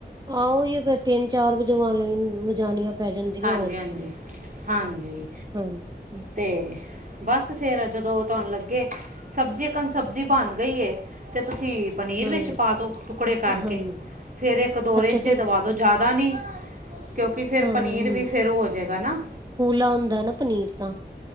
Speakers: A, on the right; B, on the right.
A: ਉਹੀ ਏ, ਫੇਰ ਤਿੰਨ-ਚਾਰ ਵਜਾਵਨੀ-ਵਜਾਣੀਆਂ ਪੈ ਜਾਂਦੀਆਂ,
B: ਹਾਂਜੀ
A: ਹੋਰ
B: ਹਾਂਜੀ
A: ਕੀ ਐ
B: ਹਾਂਜੀ
A: ਹਾਂ।
B: ਤੇ ਬਸ ਫਿਰ, ਜਦੋਂ ਤੁਹਾਨੂੰ ਲੱਗੇ ਸਬਜ਼ੀ ਇੱਕਨ ਸਬਜ਼ੀ ਬਣ ਗਈ ਏ, ਤਾਂ ਤੁਸੀਂ ਪਨੀਰ
A: ਹਮ
B: ਵਿੱਚ ਪਾ ਦਿਓ, ਟੁਕੜੇ ਕਰਕੇ,
A: ਹਾਂਜੀ
B: ਫੇਰ ਇੱਕ-ਦੋ
A: ਅੱਛਾ
B: ਰੇਜੇ
A: ਫੇਰ
B: ਦਵਾ ਦਿਓ, ਜ਼ਿਆਦਾ ਨੀ ਕਿਉਂਕਿ ਫਿਰ
A: ਹਾਂ
B: ਪਨੀਰ
A: ਹਾਂਜੀ
B: ਵੀ, ਫਿਰ ਓਹ ਹੋ ਜਾਏਗਾ ਨਾ।
A: ਕੂਲਾ ਹੁੰਦਾ ਨਾ ਪਨੀਰ ਤਾਂ।